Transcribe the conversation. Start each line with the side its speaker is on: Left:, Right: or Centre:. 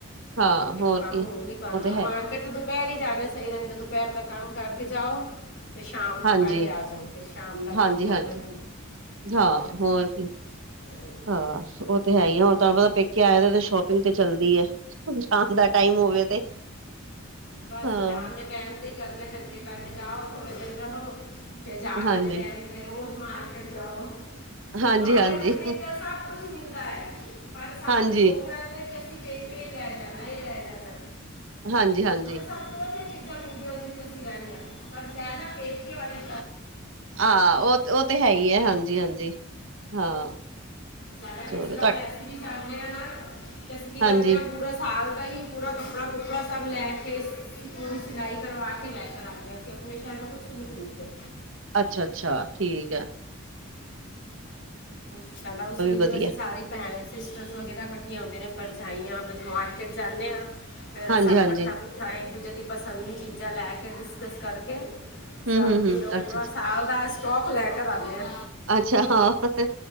Right: ਹਾਂ
Left: ਫੇਰ
Right: ਹੋਰ
Left: ਉਹ ਕੰਮ
Right: ਕੀ
Left: ਹੋਣ ਨੀ ਪੈਂਦੇ,
Right: ਤੇ
Left: ਉਹ
Right: ਹੈ
Left: ਮਾਰਕੀਟ ਦੁਪਹਿਰ ਹੀ ਜਾਣਾ ਸਹੀ ਰਹਿੰਦਾ, ਦੁਪਹਿਰ ਦਾ ਕੰਮ ਕਰਕੇ ਜਾਓ। ਤੇ ਸ਼ਾਮ ਤੋਂ
Right: ਹਾਂਜੀ,
Left: ਪਹਿਲੇ ਆ ਜਾਓ ਫਿਰ ਸ਼ਾਮ ਦਾ
Right: ਹਾਂਜੀ
Left: ਕੰਮ ਕਰਨਾ
Right: ਹਾਂਜੀ,
Left: ਰਹਿੰਦਾ
Right: ਹਾਂ
Left: ਹੈ ਨਾ
Right: ਹੋਰ ਵੀ
Left: ਹਾਂਜੀ
Right: ਹਾਂ ਉਹ ਤੇ ਹੈ ਹੀ ਆ, ਹੁਣ ਤੁਹਾਨੂੰ ਪਤਾ ਪੇਕੇ ਆਏ ਸ਼ੋਪਿੰਗ ਤੇ ਚੱਲਦੀ। ਸ਼ਾਮ ਦਾ ਟਾਈਮ ਹੋਵੇ ਤੇ,
Left: ਬਸ
Right: ਹਾਂ
Left: ਜਾਣ ਦੇ ਟਾਈਮ ਤੇ ਹੀ ਕਰਨੇ ਪੈਂਦੇ ਪਹਿਲੇ ਜਾਓ ਥੋੜੇ ਦਿਨ ਰਹੋ, ਫਿਰ ਜਾਨ
Right: ਹਾਂਜੀ
Left: ਦੇ ਟਾਈਮ ਤੇ ਰੋਜ਼ ਮਾਰਕੀਟ ਜਾਓ।
Right: ਹਾਂਜੀ
Left: ਭਾਵੇਂ
Right: ਹਾਂਜੀ।
Left: ਆਪਣੇ ਇੱਧਰ ਸਭ ਕੁਛ ਮਿਲਦਾ ਹੈ, ਪਰ
Right: ਹਾਂਜੀ।
Left: ਨਾਲੇ ਅਸੀਂ ਲੈ ਜਾਣਾ, ਇਹ ਲੈ ਜਾਣਾ,
Right: ਹਾਂਜੀ ਹਾਂਜੀ
Left: ਸਭ ਤੋਂ ਵਧੀਆ ਸੀਂ ਰਹਿੰਦੇ, ਹਾਂ ਪਰ ਪਹਿਲਾ ਪੇਕੇ ਵਾਲੀ
Right: ਆਹ ਉਹ, ਉਹ ਤੇ ਹੈ ਹੀ ਹੈ, ਹਾਂਜੀ ਹਾਂਜੀ। ਹਾਂ
Left: ਸਾਦਾ
Right: ਚਲੋ
Left: ਵੀ ਸਰਾਏ,
Right: ਤੁਹਾ
Left: ਅਸੀਂ ਵੀ ਜਾਣਦੇ ਹਾਂ ਨਾ। ਤੇ ਅਸੀਂ ਕੀ
Right: ਹਾਂਜੀ
Left: ਕਰਦੇ ਆਾਂ, ਪੂਰਾ ਸਾਲ ਹੀ ਪੂਰਾ ਕੱਪੜਾ ਕੁਪੜਾ ਸਭ ਲੈ ਕੇ, ਪੂਰੀ ਸਿਲਾਈ ਕਰਵਾ ਕੇ ਲੈ ਕੇ ਆਉਂਦੇ ਅਸੀਂ ਆਪਣੇ ਕਹਿੰਦੇ, ਕੁਛ ਨਹੀਂ ਖਰੀਦਦੇ।
Right: ਅੱਛਾ ਅੱਛਾ, ਠੀਕ ਹੈ।
Left: ਹੂ, ਸਾਡਾ ਉਸ ਤਰਾ ਜਿਵੇ
Right: ਵਧੀਆ
Left: ਅਸੀਂ ਸਾਰੇ ਪੈਂਣ ਸਿਸਟਰਸ ਵਗੈਰਾ ਇਕੱਠੀਆਂ ਹੁੰਦੇ ਨੇ ਪਰਜਾਈਆਂ ਮਾਰਕਿਟ ਜਾਂਦੇ ਹਾਂ, ਫਿਰ
Right: ਹਾਂਜੀ-ਹਾਂਜੀ
Left: ਸਭ ਇਕੱਠਾ ਇਕੱਠਾ, ਇੱਕ ਦੂਜੇ ਦੀ ਪਸੰਦ ਦੀ ਚੀਜ਼ਾਂ ਲੈ ਕੇ ਡਿਸਕਸ ਕਰਕੇ
Right: ਹੂੰ-ਹੂੰ-ਹੂੰ,
Left: ਸਭ ਫਿਰ ਉਹ
Right: ਅੱਛਾ-ਅੱਛਾ,
Left: ਪੂਰਾ ਸਾਲ ਦਾ ਸਟੋਕ ਲੈਕੇ ਰੱਖ ਲੈਆ।
Right: ਅੱਛਾ ਹਾਂ।